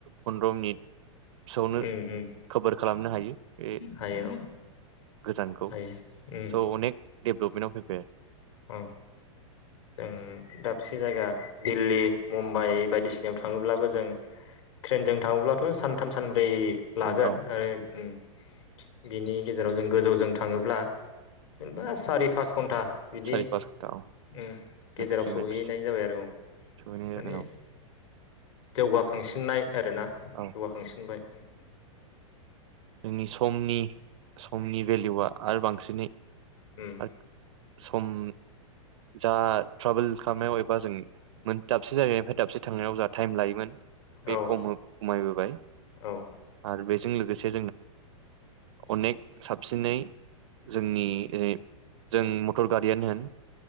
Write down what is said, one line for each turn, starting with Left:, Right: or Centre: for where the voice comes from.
Right: फन्द्र' मिनिट सोआवनो
Left: उम उम
Right: खभार खालामनो हायो बे
Left: हायो औ
Right: गोजानखौ
Left: हायो उम
Right: स' अनेक डेभलपमेन्टाव फैबाय आरो
Left: औ जों दाबसे जायगा दिल्ली मुम्बाइ बायदिसिनायाव थाङोब्लाबो जों ट्रेनजों थाङोब्लाथ' सानथाम सान ब्रै लागोन
Right: आरो। औ
Left: ओइ उम बिनि गेजेराव जों गोजौजों थाङोब्ला जेनेबा सारि पास घन्टा बिदि
Right: सारि पास घन्टा औ
Left: उम गेजेराव
Right: मेक्स टु
Left: सौहैनाय
Right: मेक्स
Left: जाबाय आरो औ
Right: सहैनाय जागोन
Left: माने
Right: औ
Left: जौगाखांसिननाय आरोना
Right: औ
Left: जौगाखांसिनबाय उम
Right: जोंनि समनि समनि भेल्युआ आरो बांसिनै
Left: उम
Right: <unintelligible> सम जा ट्राभेल खालामनायाव एबा जों मोन दाबसे जायगानिफ्राय दाबसे थांनायाव टाइम लायोमोन। बे
Left: औ
Right: खम खमायबोबाय
Left: औ
Right: आरो बेजों लोगोसे अनेक साबसिनै जोंनि जों मटर गारियानो होन